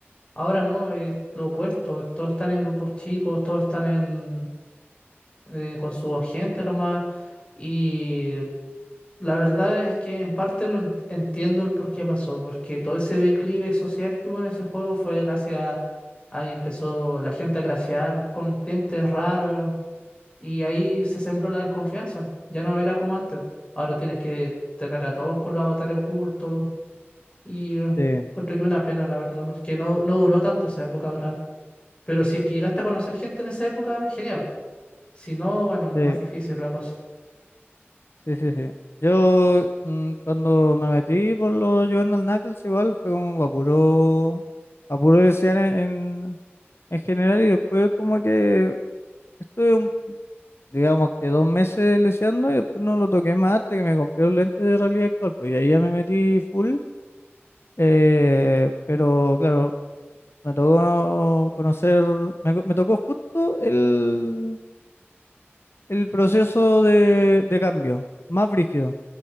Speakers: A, on the left; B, on the left.
A: Ahora no, es lo opuesto. Todos están en grupos chicos, todos están en, eh, con su gente nomás. Y La verdad es que en parte lo en- entiendo el por qué pasó, porque todo ese declive social que hubo en ese juego fue gracias ahí empezó la gente a crashear con clientes raros y ahí se sembró la desconfianza. Ya no era como antes. Ahora tienes que tener a todos con los avatares ocultos y eh,
B: sí,
A: encuentro que una pena, la verdad, porque no, no duró tanto esa época ¿verdad? Pero si es que llegaste a conocer gente en esa época, genial. Si no, bueno,
B: sí,
A: más difícil la cosa.
B: sí, sí, sí. Yo mm, cuando me metí por lo jugando al Knuckles igual fue como a puro, a puro desear en, en, en general y después como que estuve un, digamos que dos meses leseando y después no lo toqué más hasta que me compré los lentes de realidad virtual, pues y ahí ya me metí full. Eh, pero claro, me tocó conocer, me, co- me tocó justo el, el proceso de, de cambio, más brígido